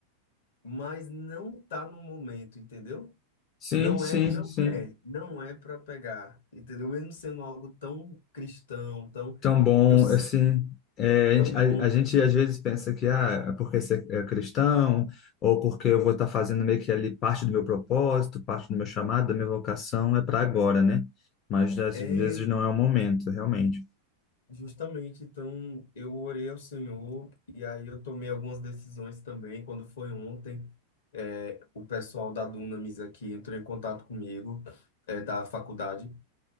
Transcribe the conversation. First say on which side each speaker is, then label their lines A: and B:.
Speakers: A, on the left; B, on the left.
A: mas não tá no momento, entendeu?
B: Sim,
A: Não
B: sim,
A: é, não
B: sim.
A: é, não é para pegar, entendeu? Mesmo sendo algo tão cristão, tão,
B: Tão bom,
A: eu sei
B: assim. É, a, gente
A: tão
B: a-
A: bom,
B: a gente,
A: mas
B: às vezes pensa que ah, é porque você é cristão, ou porque eu vou estar fazendo meio que ali parte do meu propósito, parte do meu chamado, da minha vocação, é para agora, né? Mas às
A: é
B: vezes não é o momento, realmente.
A: Justamente, então eu orei ao Senhor e aí eu tomei algumas decisões também. Quando foi ontem, eh, o pessoal da Dunamis aqui entrou em contato comigo, eh, da faculdade.